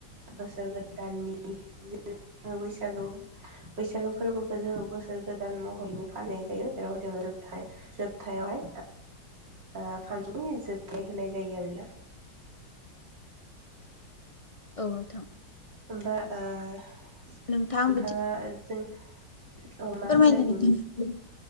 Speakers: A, on the right; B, on the left.
A: बोसोर गोदाननि जेरै जोङो बैसागु बैसागो फोर्बोखौ जोङो बोसोर गोदान महैनो फालिनाय जायो। जेराव जोङो जोबथायावहाय ओ फानजौनि जोबथाय होनाय जायो आरोना।
B: औ नोंथां
A: बा ओ नोंथाङा
B: नोंथां
A: जों,
B: बिदि
A: औ मा होननो नागिरदोंमोन
B: फोरमायनो
A: नों
B: नोंथां